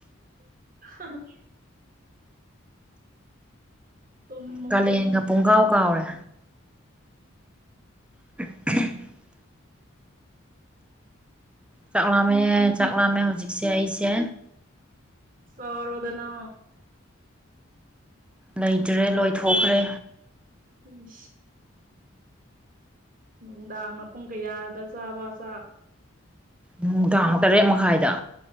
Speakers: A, on the right (about 40°); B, in the centre.
A: <unintelligible> ꯇꯨꯝꯃꯣ
B: ꯀꯥꯂꯦꯟꯒ ꯄꯨꯡꯒꯥꯎ ꯀꯥꯎꯔꯦ <unintelligible> ꯆꯥꯛꯂꯝꯥꯝꯃꯦ ꯆꯥꯛꯂꯝꯥꯝꯃꯦ ꯍꯧꯖꯤꯛꯁꯦ ꯑꯩꯁꯦ
A: ꯁꯔ ꯑꯣꯏꯗꯅ
B: ꯂꯩꯇ꯭ꯔꯦ ꯂꯣꯏꯊꯣꯛꯈ꯭ꯔꯦ
A: ꯎꯝ ꯅꯨꯡꯗꯥꯡ ꯃꯄꯨꯡ ꯀꯌꯥꯗ ꯆꯥꯕ ꯆꯥ
B: ꯅꯨꯡ ꯇꯥꯡꯃꯨꯛ ꯇꯔꯦꯠ ꯃꯈꯥꯏꯗ